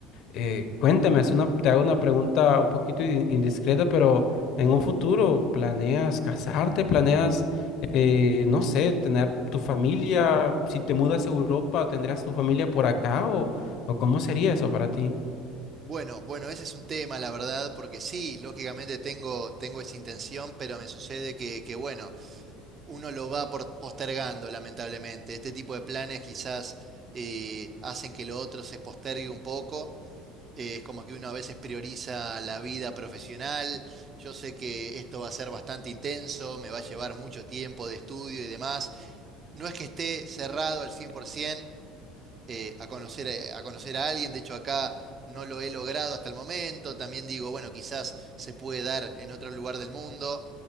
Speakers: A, on the left; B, on the right.
A: eh, cuéntame, es una, te hago una pregunta un poquito in- indiscreta, pero en un futuro, ¿planeas casarte? ¿Planeas, eh, no sé, tener tu familia? Si te mudas a Europa, ¿tendrías tu familia por acá o, o cómo sería eso para ti?
B: Bueno, bueno, ese es un tema, la verdad, porque sí, lógicamente tengo, tengo esa intención, pero me sucede que, que, bueno, uno lo va por- postergando, lamentablemente. Este tipo de planes quizás eh, hacen que lo otro se postergue un poco. Eh, es como que uno a veces prioriza la vida profesional. Yo sé que esto va a ser bastante intenso, me va a llevar mucho tiempo de estudio y demás No es que esté cerrado al 100% eh, a conocer, eh, a conocer a alguien, de hecho acá no lo he logrado hasta el momento, también digo, bueno, quizás se puede dar en otro lugar del mundo,